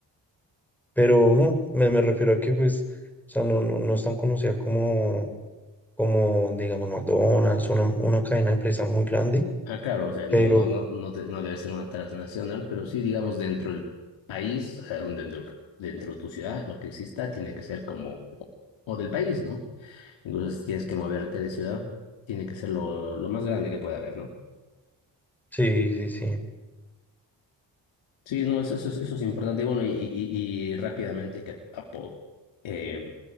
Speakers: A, in the centre; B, on the left.
A: pero no, me, me refiero a que pues, o sea, no, no, no es tan conocida como, como digamos, McDonald's, una, una cadena de empresa muy grande,
B: ah, claro, o sea,
A: pero
B: no, no, no, no, de- no debe ser una transnacional, pero sí, digamos, dentro del país, o sea, un- dentro, dentro de tu ciudad, lo que exista tiene que ser como, o del país, ¿no? Incluso si tienes que moverte de ciudad, tiene que ser lo, lo más grande que pueda haber, ¿no?
A: sí, sí, sí.
B: Sí, no, eso, eso, es- eso es importante. Y bueno, y, y, y rápidamente hay que apo- eh,